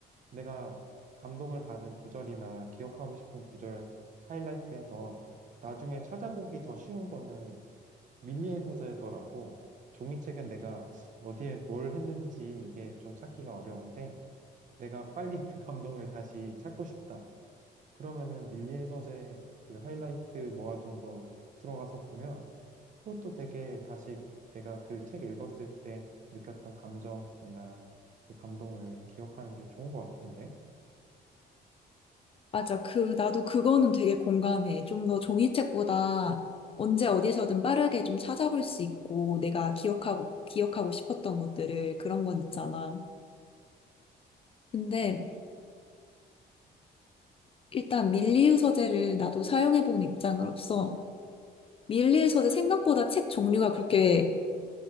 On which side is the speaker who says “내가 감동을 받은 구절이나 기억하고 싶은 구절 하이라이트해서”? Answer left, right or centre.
Right